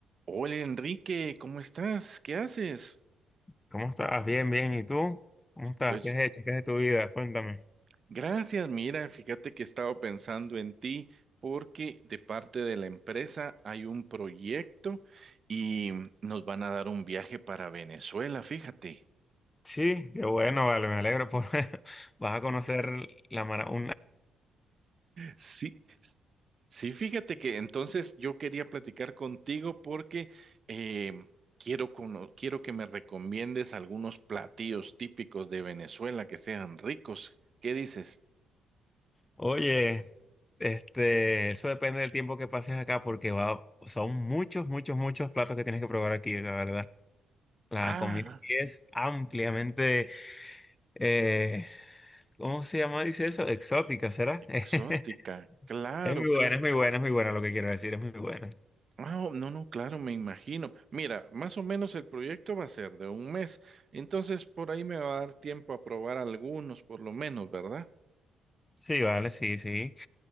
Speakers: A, on the right; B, on the left.
A: Hola Enrique, ¿cómo estás? ¿Qué haces?
B: ¿Cómo estás? Bien, bien. ¿Y tú? ¿Cómo estás?
A: Pues
B: ¿Qué has hecho? ¿Qué es de tu vida? Cuéntame.
A: gracias, mira, fíjate que he estado pensando en ti porque de parte de la empresa hay un proyecto y nos van a dar un viaje para Venezuela, fíjate.
B: Sí, qué bueno, vale, me alegro por <laughs> vas a conocer la mara un-
A: Sí, s- sí, fíjate que entonces yo quería platicar contigo porque eh, quiero, cono- quiero que me recomiendes algunos platillos típicos de Venezuela que sean ricos. ¿Qué dices?
B: Oye, este, eso depende del tiempo que pases acá porque va, son muchos, muchos, muchos platos que tienes que probar aquí, la verdad. La
A: Ah.
B: comida aquí es ampliamente, eh, ¿cómo se llama? Dice eso, exótica, ¿será?
A: Exótica,
B: <laughs>
A: claro,
B: Es muy
A: claro.
B: buena, es muy buena, es muy buena lo que quiero decir, es muy buena.
A: Ah, oh, no, no, claro, me imagino. Mira, más o menos el proyecto va a ser de un mes, entonces por ahí me va a dar tiempo a probar algunos, por lo menos, ¿verdad?
B: Sí, vale, sí, sí.